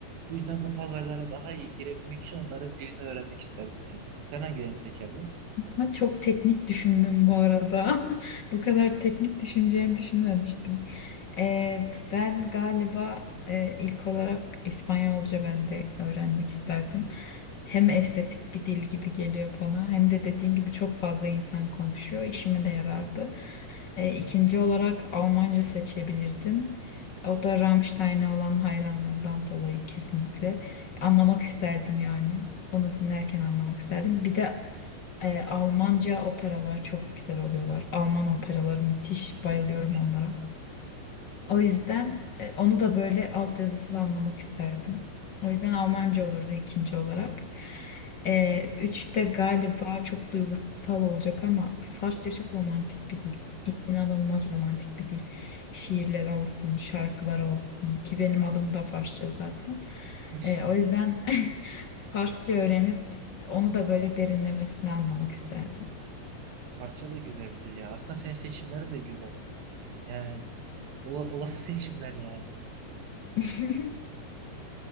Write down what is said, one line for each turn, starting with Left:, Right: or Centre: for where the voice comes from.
Right: Bu yüzden bu pazarlara daha iyi girebilmek için onların dilini öğrenmek isterdim yani. Sen hangilerini seçerdin?
Left: Ama çok teknik düşündüm bu arada. <laughs> Bu kadar teknik düşüneceğini düşünmemiştim. Ee, ben galiba e, ilk olarak İspanyolca ben de öğrenmek isterdim. Hem estetik bir dil gibi geliyor bana hem de dediğin gibi çok fazla insan konuşuyor. İşime de yarardı. Ee, ikinci olarak Almanca seçebilirdim. O da Rammstein'e olan hayranlığımdan dolayı kesinlikle. Anlamak isterdim yani. Onu dinlerken anlamak isterdim. Bir de e, Almanca operalar çok güzel oluyorlar. Alman operaları müthiş.
Right: Hiç
Left: Bayılıyorum
Right: duymamıştım.
Left: onlara. O yüzden e, onu da böyle altyazısız anlamak isterdim. O yüzden Almanca olurdu ikinci olarak. E, üçte galiba çok duygusal olacak ama Farsça çok romantik bir dil. İnanılmaz romantik bir dil. Şiirler olsun, şarkılar olsun ki benim adım da Farsça zaten.
Right: <laughs>
Left: E, o yüzden <laughs> Farsça öğrenip onu da böyle derinlemesine anlamak isterdim.
Right: Parça da güzel bir dil ya. Aslında senin seçimlerin de güzel. Yani ola- olası seçimler yani.
Left: <laughs>